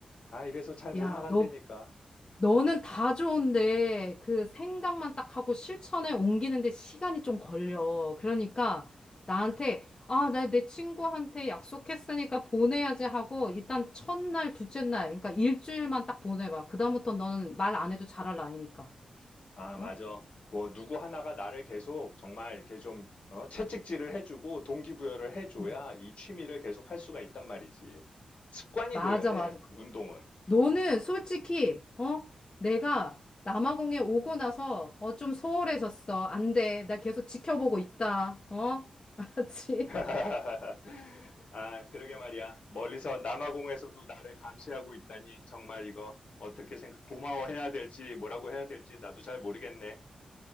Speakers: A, on the left (about 60°); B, on the left (about 35°).
A: 아, 이래서 잘 못
B: 야,
A: 나간다니까.
B: 너 너는 다 좋은데 그 생각만 딱 하고 실천에 옮기는데 시간이 좀 걸려. 그러니까 나한테 아, 나 내 친구한테 약속했으니까 보내야지 하고 일단 첫날, 둘째 날, 그러니까 일주일만 딱 보내봐. 그다음부터 너는 말 안 해도 잘할 나이니까.
A: 아, 맞아.
B: 어?
A: 뭐, 누구 하나가 나를 계속 정말 이렇게 좀, 어, 채찍질을 해주고 동기부여를 해줘야
B: 응.
A: 이 취미를 계속 할 수가 있단 말이지. 습관이
B: 맞아,
A: 돼야 돼,
B: 맞아.
A: 운동은.
B: 너는 솔직히, 어? 내가 남아공에 오고 나서, 어, 좀 소홀해졌어. 안 돼. 나 계속 지켜보고 있다. 어? <laughs> 알았지?
A: <laughs> 아, 그러게 말이야. 멀리서 남아공에서도 나를 감시하고 있다니. 정말 이거 어떻게 생각, 고마워해야 될지 뭐라고 해야 될지 나도 잘 모르겠네.